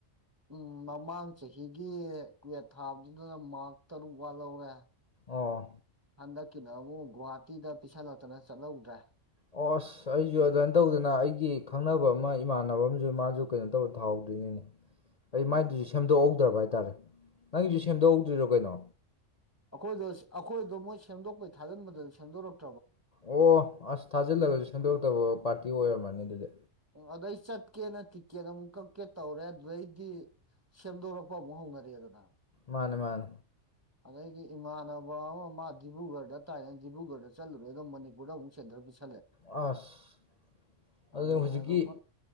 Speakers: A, on the right (about 15°); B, on the left (about 45°).
A: ꯎꯝ ꯃꯃꯥꯡ ꯆꯍꯤꯒꯤ ꯀꯨꯋꯦꯠ ꯊꯥꯕꯗꯨꯅ ꯃꯥꯔꯛ ꯇꯔꯨꯛ ꯋꯥ ꯂꯧꯔꯦ
B: ꯑꯣ
A: ꯍꯟꯗꯛꯀꯤꯅ ꯑꯃꯨꯛ ꯒꯨꯍꯥꯇꯤꯗ ꯄꯤꯁꯜꯂꯛꯇꯅ ꯆꯠꯍꯧꯗ꯭ꯔꯦ
B: ꯑꯣ ꯑꯁ ꯑꯩꯁꯨ ꯑꯗꯨꯃꯥꯏꯅ ꯇꯧꯗꯅ ꯑꯩꯒꯤ ꯈꯪꯅꯕ ꯑꯃ ꯏꯃꯥꯟꯅꯕ ꯑꯃꯁꯨ ꯃꯥꯁꯨ ꯀꯩꯅꯣ ꯇꯧꯔ ꯊꯥꯍꯧꯗ꯭ꯣꯏꯅꯤꯅꯤ ꯑꯩ
A: ꯎꯝ
B: ꯃꯥꯏꯗꯨꯁꯨ ꯁꯦꯝꯗꯣꯛꯍꯧꯗ꯭ꯔꯕ ꯍꯥꯏꯇꯥꯔꯦ ꯅꯪꯒꯤꯁꯨ ꯁꯦꯝꯗꯣꯛꯍꯧꯗꯣꯏꯔꯣ ꯀꯩꯅꯣ
A: ꯑꯩꯈꯣꯏꯗ ꯑꯩꯈꯣꯏꯗꯣ ꯃꯣꯏ ꯁꯦꯝꯗꯣꯛꯄꯩ ꯊꯥꯖꯤꯟꯕꯗꯅ ꯁꯦꯝꯗꯣꯔꯛꯄ
B: ꯑꯣ ꯑꯁ ꯊꯥꯖꯤꯜꯂꯒꯁꯨ ꯁꯦꯡꯗꯣꯔꯛꯇꯕ ꯄꯥꯔꯇꯤ ꯑꯣꯏꯔꯝꯃꯅꯤ ꯑꯗꯨꯗꯤ
A: ꯑꯗꯩ ꯆꯠꯀꯦꯅ ꯇꯤꯛꯀꯦꯠ ꯑꯃꯨꯛ ꯀꯛꯀꯦ ꯇꯧꯔꯦ ꯑꯗꯨꯗꯩꯗꯤ ꯁꯦꯝꯗꯣꯔꯛꯄ ꯑꯃꯨꯛ ꯍꯧꯅꯔꯑꯦꯗꯅ
B: ꯃꯥꯅ ꯃꯥꯥꯟ
A: ꯑꯗꯩꯗꯤ ꯏꯃꯥꯟꯅꯕ ꯑꯃ ꯃꯥ ꯗꯤꯕꯨ ꯒꯔꯗ ꯇꯥꯏꯔꯅ ꯗꯤꯕ꯭ꯔꯨꯒꯔꯗ ꯆꯠꯂꯨꯔꯦ ꯑꯗꯝ ꯃꯅꯤꯄꯨꯔꯗ ꯑꯃꯨꯛ ꯁꯦꯟꯗꯔꯛꯄꯤꯁꯤꯦ
B: ꯑꯁ ꯑꯗꯨꯅꯤ
A: ꯑꯗꯨꯅꯦ
B: ꯍꯧꯖꯤꯛꯀꯤ
A: ꯑꯇꯣꯞꯄ